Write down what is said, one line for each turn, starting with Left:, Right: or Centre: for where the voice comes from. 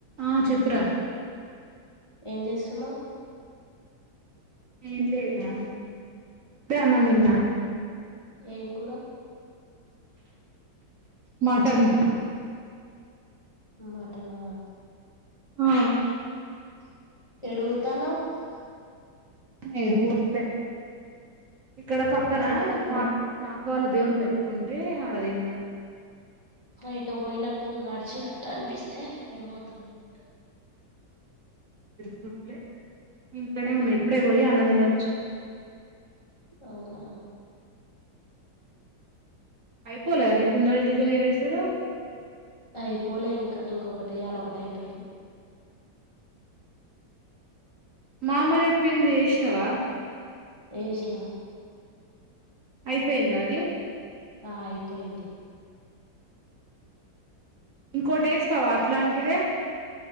Right: ఆ చెప్పురా
Left: ఏం చేస్తున్నావు
Right: ఏ లేద ఇప్పుడే అన్నం తిన్న
Left: ఏం కూర
Right: మటన్
Left: మటనా
Right: ఆ
Left: ఏడు పోతనవ్
Right: ఏడు పోట్లే ఇక్కడ పక్కన
Left: ఆహా ఎటు
Right: మా మా అక్క వాళ్ళు దేవుని పెట్టుకుంటే ఆడ తిన్న
Left: ఇటో పోయినట్టు నడిచినట్టు అనిపిస్తే ఏడిపోతారు అ
Right: ఎదురుట్లే ఇంట్లోనే ఉన్నాయి ఇప్పుడే పోయి అన్నం తినొచ్చిన
Left: అవునా
Right: యిపోలే కుండలు డిజైన్ ఏసుడు
Left: అయిపోలే ఇంకా ఇంకొకటి ఏయలే ఒకటి అయిపోయింది
Right: మా అమ్మ చెప్పింది ఏసినవా
Left: ఎసినా
Right: అయిపోయిందా అది
Left: ఆ అయిపోయింది
Right: ఇంకోటి ఏస్తావ అట్లాంటిదే